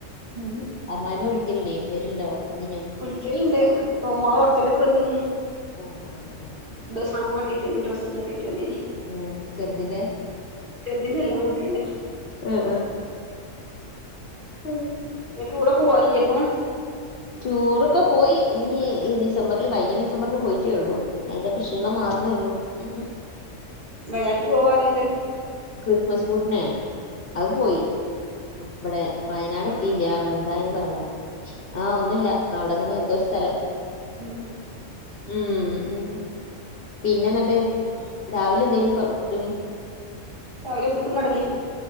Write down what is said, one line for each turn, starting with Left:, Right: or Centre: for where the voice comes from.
Right: ഉം
Left: അമ്മായിമ്മ വിളിക്കലില്ലേ വരല്ണ്ടോ വന്നിഞ്ഞോ
Right: വിളിക്കല്ണ്ട് മോളെ ബർത്ഡേക്ക് വന്നീനി
Left: അ ആഹ് ആഹ്
Right: ന്നോ സധങ്ങളെക്കേറ്റ് വന്നി ഡ്രസ്സ് ദെക്കേറ്റ് വന്നീനി
Left: ഏഹ് ചെർതിന്റെ
Right: ചെർതിന്റെ അല്ല മൂത്തിന്റെ
Left: ങ് ങ്
Right: നീ ടുറൊക്കെ പോവലില്ലേ ഇപ്പം
Left: ടുറൊക്കെ പോയി ഇനി ഇ ഡിസംബർല് കഴിഞ്ഞ ഡിസംബർല് പോയിട്ടേള്ളു അയിന്റെക്കെ ക്ഷീണം മാറുന്നേള്ളൂ ഉം ഹ്
Right: വയനാട്ട് പോവാർഞ്ഞ്ട്ട്
Left: ക്രിസ്മസ് പൂട്ട്നെ അത് പോ പോയി ഇവിടെ വയനാട് എത്തിയില്ല എന്താണ്അയിന് പറയാ ആഹ് ഒന്നുല്ല അവിടെങ്ങനെ എന്തോ ഒരു സ്ഥലം
Right: ഉം
Left: ഉം ഹ് പിന്നെ ന്നട്ട് രാവിലെ എന്തേന്നു ഫുഡ്
Right: രാവിലെ പുട്ടും കടലിം